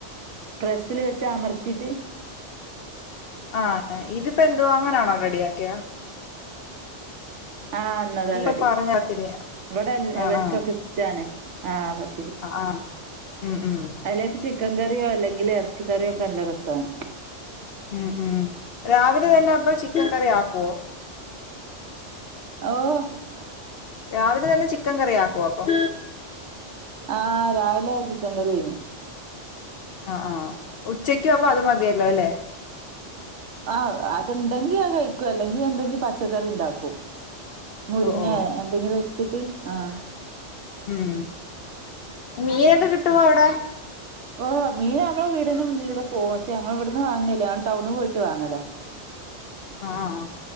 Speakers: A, on the right; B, on the left.
A: പ്രസ്സില് വെച്ച് അമർത്തീട്ട്
B: ആന്നേ ഇതിപ്പോ എന്തുവാ അങ്ങനാണോ റെഡി ആക്കിയേ
A: ആഹ് ഇന്നതാ
B: ഇപ്പൊ
A: കടി
B: പറഞ്ഞത്തിരി
A: ഇവിടെ
B: ആഹ്
A: ഇവർക്കൊക്കെ
B: ആഹ്
A: ഇഷ്ടാണ് ആഹ് പത്തിരി
B: ആഹ് ആഹ് ഉം ഉം
A: അയ്ലേക്ക് ചിക്കൻ കറിയോ അല്ലെങ്കിൽ ഇറച്ചി കറിയോ ഒക്കെ നല്ല രസാണ്
B: ഉം ഉം രാവിലെ തന്നെ അപ്പൊ ചിക്കൻ കറി ആക്കുവോ
A: ഓഹ്
B: രാവിലെ തന്നെ ചിക്കൻ കറി ആക്കോ അപ്പം
A: ആഹ് രാവിലെ ചിക്കൻ കറിയേനി
B: ആഹ് ആഹ് ഉച്ചയ്ക്കും അപ്പൊ അത് മതിയല്ലോ അല്ലേ
A: ആഹ് അത്ണ്ടെങ്കി അത് കഴിക്കും അല്ലെങ്കി എന്തെങ്കി പച്ചക്കറി ഉണ്ടാക്കും മുരിങ്ങേ
B: ഓഹ് ഓഹ്
A: എന്തെങ്കിലും എടുത്തിട്ട് ആഹ്
B: ഉം മീനൊക്കെ കിട്ടുവോ അവിടെ
A: ഓഹ് മീൻ നമ്മളെ വീടിന് മുന്നിലൂടെ പോവും പക്ഷെ ഞങ്ങൾ ഇവിടുന്ന് വാങ്ങലില്ല ഞങ്ങൾ ടൗണ് പോയിട്ട് വാങ്ങലാ
B: ആഹ് ആഹ്